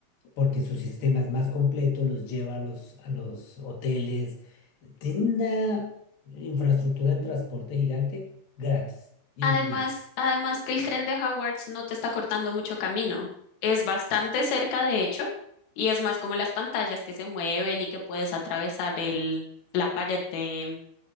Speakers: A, on the left; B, on the left.
A: porque su sistema es más completo, los lleva a los, a los hoteles. Tiene una infraestructura en transporte gigante gratis, incluida.
B: Además, además que el tren de Hogwarts no te está cortando mucho camino. Es bastante cerca, de hecho, y es más como las pantallas que se mueven y que puedes atravesar el, la pared de,